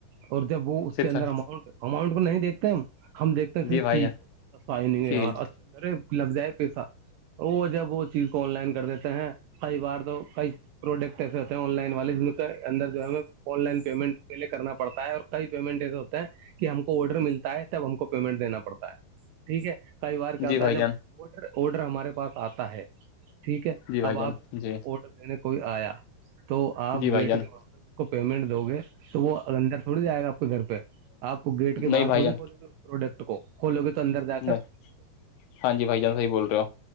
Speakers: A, on the right; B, on the left.
A: اور جب وہ اس
B: پھر
A: کے اندر
B: سر
A: اماؤنٹ اماؤنٹ کو نہیں دیکھتے ہم- ہم دیکھتے ہیں صرف
B: جی بھائی
A: چیز
B: جان
A: کیا سائنگ ہے
B: ٹھیک
A: یار اج- ارے لگ جائے پیسہ وہ جب وہ چیز کو آن لائن کر دیتے ہیں- کئی بار تو کئی پروڈکٹ ایسے ہوتے ہیں آن لائن والے جن کے اندر جو ہے آن لائن پیمنٹ کے- کرنا پڑتا ہے اور کئی پیمنٹ ایسے ہوتے ہیں کہ ہم کو آڈر ملتا ہے تب ہم کو پیمنٹ دینا پڑتا ہے- ٹھیک ہے کئی بار کیا
B: جی
A: ہوتا
B: بھائی
A: ہے جب
B: جان
A: آڈر آڈر ہمارے پاس آتا ہے ٹھیک ہے
B: جی بھائی
A: اب
B: جان
A: آپ-
B: جی
A: آڈر دینے کوئی آیا تو آپ
B: جی بھائی
A: گیٹ
B: جان
A: کے باہر- کو پیمنٹ دو گے تو وہ اندر تھوڑی جائے گا آپ کے گھر پہ آپ گیٹ کے باہر
B: نہیں بھائی
A: تھوڑی
B: جان
A: کھول گے- پروڈکٹ کو کھولو گے تو اندر جا کر
B: نہیں
A: ٹھیک
B: ہاں جی بھائی جان صحیح بول رہے ہو